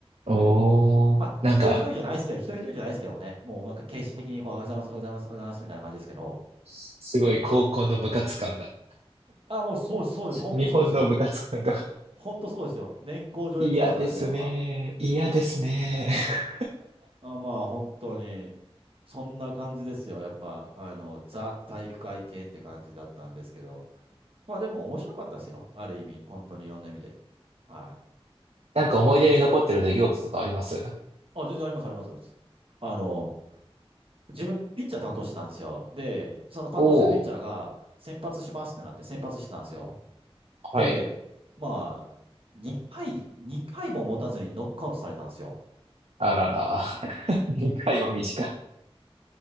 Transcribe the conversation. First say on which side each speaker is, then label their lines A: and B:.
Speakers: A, on the right; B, on the right.
A: おー、
B: まあ、
A: なんか、
B: 一人一人じゃないですけど、一人一人じゃないですけどね、もうなんか形式的にこう、おはようございます、おはようございます、おはようございますみたいな感じですけど、
A: すごい高校の部活感が、
B: うん。あ、もうそうです、そうです、本当そうですよ。
A: 日本の部活感が
B: 本当そうですよ。年功序列ですからね、
A: 嫌ですね。
B: やっぱ。
A: 嫌ですね。<laughs>
B: あ、まあ、本当に、そんな感じですよ。やっぱ、あの、ザ体育会系って感じだったんですけど。まあ、でも面白かったですよ。ある意味、本当にいろんな意味で。はい。
A: なんか思い出に残ってる出来事とかあります
B: あ、全然あります、あります。あの、自分、ピッチャー担当してたんですよ。で、その担当してるピッチャーが、
A: おおー、
B: 先発しますってなって、先発してたんですよ。
A: はい。
B: で、まあ、2回、2回も持たずにノックアウトされたんですよ。
A: あらら。<laughs> 2回は短い。